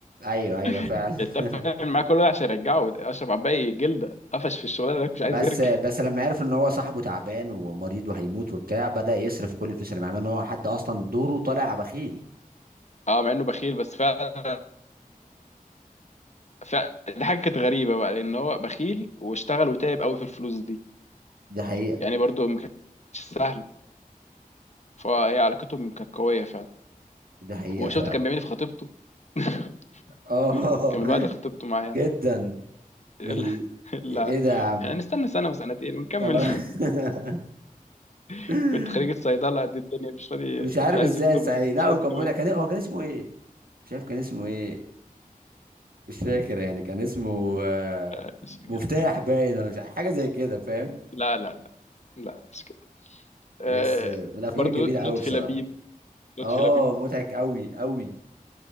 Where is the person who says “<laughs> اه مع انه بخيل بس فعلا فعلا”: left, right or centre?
Left